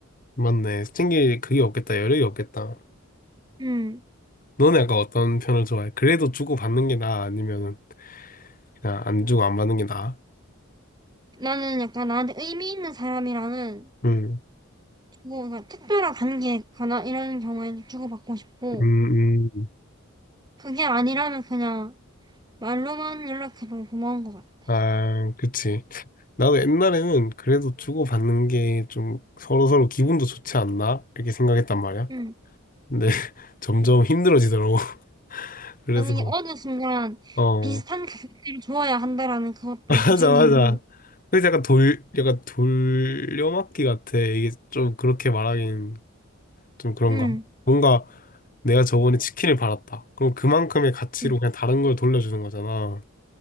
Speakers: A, on the left; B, on the right.
A: 맞네. 챙길 그게 없겠다. 여력이 없겠다.
B: 응
A: 너는 약간 어떤 편을 좋아해? 그래도 주고받는 게 나아? 아니면은 그냥 안 주고 안 받는 게 나아?
B: 나는 약간 나한테 의미 있는 사람이랑은
A: 음,
B: 주고 그냥 특별한 관계거나 이런 경우에는 주고받고 싶고
A: 음, 음.
B: 그게 아니라면 그냥 말로만 연락해도 고마운 것 같아.
A: 아, 그치. 나도 옛날에는 그래도 주고받는 게 좀 서로서로 기분도 좋지 않나? 이렇게 생각했단 말이야.
B: 응.
A: 근데 <laughs> 점점 힘들어지더라고. <laughs> 그래서,
B: 만약에 어느 순간
A: 어,
B: 비슷한 가격대를 줘야 한다라는 그것도
A: <laughs> 맞아,
B: 좀 생기고
A: 맞아. 그래서 약간 돌, 약간 돌려막기 같아. 이게 좀 그렇게 말하긴 좀 그런가?
B: 응.
A: 뭔가 내가 저번에 치킨을 받았다. 그럼 그만큼의 가치로
B: 응.
A: 그냥 다른 걸 돌려주는 거잖아.